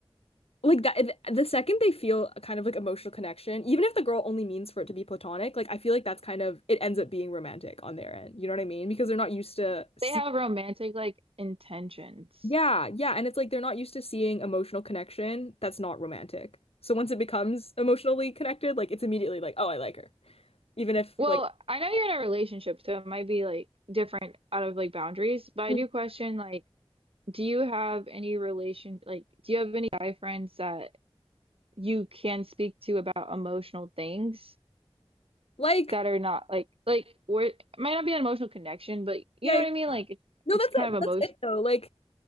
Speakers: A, on the left; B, on the right.
A: Like that, the second they feel a kind of like emotional connection, even if the girl only means for it to be platonic, like I feel like that's kind of it ends up being romantic on their end. You know what I mean? Because they're not used to see,
B: They have romantic like intentions.
A: yeah, yeah, and it's like they're not used to seeing emotional connection that's not romantic. So once it becomes emotionally connected, like it's immediately like, oh, I like her, even if
B: Well,
A: like,
B: I know you're in a relationship, so it might be like different out of like boundaries, but I
A: Mm.
B: do question like, do you have any relation like do you have any guy friends that you can speak to about emotional things
A: like,
B: that are not like like where it might not be an emotional connection, but
A: yeah,
B: you know
A: yeah.
B: what I mean? Like it's
A: no,
B: it's
A: that's
B: kind
A: it,
B: of
A: that's
B: emotion.
A: it though. Like